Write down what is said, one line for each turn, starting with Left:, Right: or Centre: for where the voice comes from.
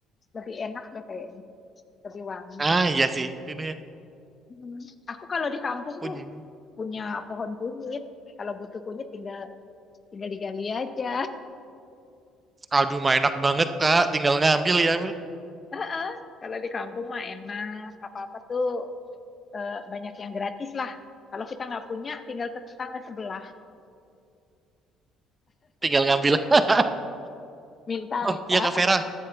Left: lebih enak deh kayaknya. Lebih wangi.
Right: Ah iya sih, ini ya.
Left: Hmm. Aku kalau di kampung
Right: Kunyit.
Left: tuh punya pohon kunyit. Kalau butuh kunyit tinggal tinggal digali aja.
Right: Aduh, mah enak banget kak, tinggal ngambil ya,
Left: <laughs> Heeh, Kalau di kampung mah enak. Apa-apa tuh eh, banyak yang gratis lah. Kalau kita nggak punya, tinggal ke tetangga sebelah.
Right: tinggal ngambil. <laughs>
Left: Minta, minta.
Right: Oh iya kak Vera,